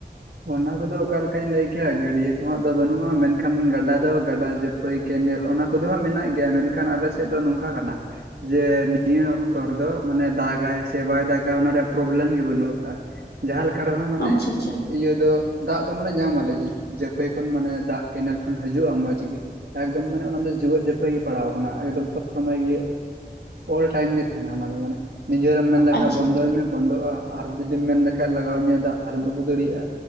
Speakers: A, on the right; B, on the left.
A: ᱚᱱᱟ ᱠᱚᱫᱚ ᱚᱠᱟ ᱞᱮᱠᱟᱧ ᱞᱟᱹᱭ ᱠᱮᱭᱟ ᱜᱟᱹᱰᱭᱟᱹ ᱠᱚ ᱦᱟᱸᱜ ᱫᱚ ᱵᱟᱹᱱᱩᱜᱼᱟ ᱢᱮᱱᱠᱷᱟᱱ ᱜᱟᱰᱟ ᱫᱚ ᱜᱟᱰᱟ ᱡᱟᱹᱯ ᱯᱟᱹᱭ ᱠᱮᱱᱮᱞ ᱚᱱᱟ ᱠᱚᱫᱚ ᱦᱟᱸᱜ ᱢᱮᱱᱟᱜ ᱜᱮᱭᱟ ᱢᱮᱱᱠᱷᱟᱱ ᱟᱞᱮ ᱥᱮᱫ ᱫᱚ ᱱᱚᱝᱠᱟ ᱠᱟᱱᱟ ᱡᱮ ᱱᱤᱭᱟᱹ ᱚᱠᱛᱚ ᱨᱮᱫᱚ ᱢᱟᱱᱮ ᱫᱟᱜᱟᱭ ᱥᱮ ᱵᱟᱭ ᱫᱟᱜᱟ ᱚᱱᱟ ᱨᱮᱭᱟᱜ ᱯᱨᱳᱵᱞᱮᱢ ᱜᱮ ᱵᱟᱹᱱᱩᱜ ᱟᱠᱟᱜᱼᱟ᱾ ᱡᱟᱦᱟᱸ ᱞᱮᱠᱟ ᱨᱮᱦᱚᱸ ᱢᱟᱱᱮ
B: ᱟᱪᱪᱷᱟ ᱟᱪᱪᱷᱟ
A: ᱤᱭᱟᱹ ᱫᱚ ᱫᱟᱜ ᱫᱚ ᱢᱟᱱᱮ ᱧᱟᱢᱟᱞᱮ ᱡᱟᱹᱯᱟᱹᱭ ᱠᱷᱚᱱ ᱢᱟᱱᱮ ᱫᱟᱜ ᱠᱮᱱᱮᱞ ᱠᱷᱚᱱ ᱦᱤᱡᱩᱜᱼᱟ ᱢᱚᱸᱡᱽ ᱜᱮ᱾ ᱮᱠᱫᱚᱢ ᱢᱟᱱᱮ ᱚᱱᱟ ᱫᱚ ᱡᱤᱣᱮᱫ ᱡᱟᱹᱯᱟᱹᱭ ᱜᱮ ᱯᱟᱲᱟᱣ ᱠᱟᱱᱟ ᱮᱠᱫᱚᱢ ᱥᱚᱵ ᱥᱚᱢᱚᱭ ᱜᱮ ᱚᱞ ᱴᱟᱭᱤᱢ ᱜᱮ ᱛᱟᱦᱮᱸᱱᱟ ᱚᱱᱟ ᱫᱚ ᱢᱟᱱᱮ᱾ ᱱᱤᱡᱮᱨᱮᱢ ᱢᱮᱱ ᱞᱮᱠᱷᱟᱡ
B: ᱟᱪᱪᱷᱟ
A: ᱵᱚᱱᱫᱚᱭ ᱢᱮ ᱵᱚᱱᱫᱚᱜᱼᱟ ᱟᱨ ᱡᱩᱫᱤᱢ ᱢᱮᱱ ᱞᱮᱠᱷᱟᱡ ᱞᱟᱜᱟᱣᱤᱧᱟᱹ ᱫᱟᱜ ᱛᱟᱦᱚᱞᱮ ᱟᱹᱜᱩ ᱫᱟᱲᱤᱭᱟᱜᱼᱟ